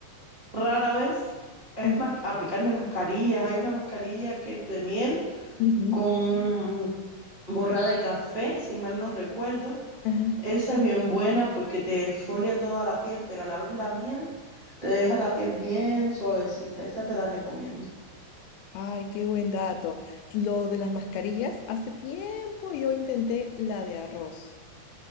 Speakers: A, on the right; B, on the left.
A: rara vez. Es
B: eh,
A: más, aplicarme mascarillas. Hay una mascarilla que es de miel
B: Ujú.
A: con borrada de café, si mal no recuerdo
B: ajá.
A: esa es bien buena porque te exfolia toda la piel, pero a la vez la miel te deja la piel bien suavecita. Esa te la recomiendo.
B: Ay, qué buen dato. Lo de las mascarillas, hace tiempo yo intenté la de arroz.